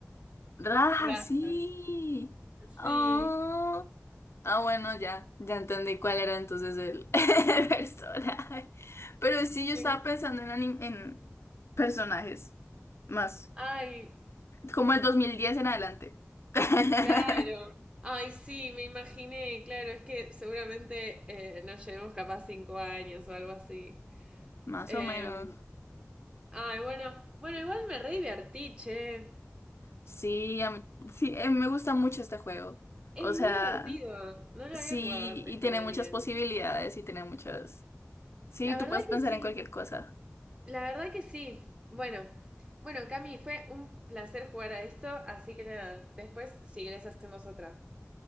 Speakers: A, on the left; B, on the right.
A: Raja,
B: raja.
A: sí. Ah,
B: Sí,
A: Ah, bueno, ya, ya entendí cuál era entonces el, <laughs> el personaje. Pero sí,
B: sí.
A: yo estaba pensando en, anim- en personajes más,
B: Ay,
A: como el 2010 en adelante. <laughs>
B: Claro. Ay, sí, me imaginé, claro, es que seguramente eh, nos llevemos capaz cinco años o algo así.
A: Más
B: Eh,
A: o menos.
B: ay, bueno, bueno, igual me re divertí, che.
A: Sí, a mí- sí, eh, me gusta mucho este juego.
B: Es
A: O
B: muy
A: sea,
B: divertido. No lo
A: sí,
B: había jugado antes
A: y tiene
B: con alguien.
A: muchas posibilidades y tiene muchas... Sí,
B: La
A: tú
B: verdad
A: puedes
B: que
A: pensar
B: sí,
A: en cualquier cosa.
B: la verdad que sí. Bueno, bueno, Cami, fue un placer jugar a esto, así que nada, después si querés hacemos otra.